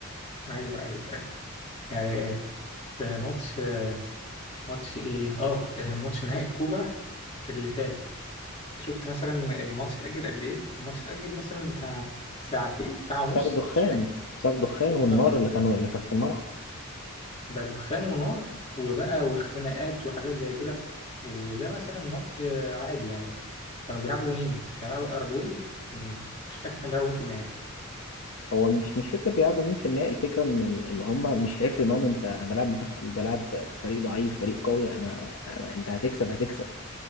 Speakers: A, on the left; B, on the left.
A: أيوه أيوه أيوه يعني في ماتش ماتش إيه؟ آه ماتش نهائي الكوبا اللي فات شفت مثلا الماتش اتأجل قد إيه؟ الماتش اتأجل مثلا بتاع ساعتين ساعة ونص
B: بسبب الدخان
A: مش فاكر
B: بسبب الدخان والنار
A: آه
B: اللي كانوا اللي كانت في الملعب
A: ده دخان ونار وبقى واختناقات وحاجات زي كده وده مثلا ماتش آه، عادي يعني كانوا بيلعبوا مين؟ كانوا بيلعبوا الأرجواي في- مش فاكر كانوا بيلعبوا مين في النهائي
B: هو مش مش فكره بيلعبوا مين في النهائي الفكره ان ان هم مش هيفرق معاهم انت انا بلعب منتخ- بلعب فريق ضعيف فريق قوي انا, أنا انت هتكسب هتكسب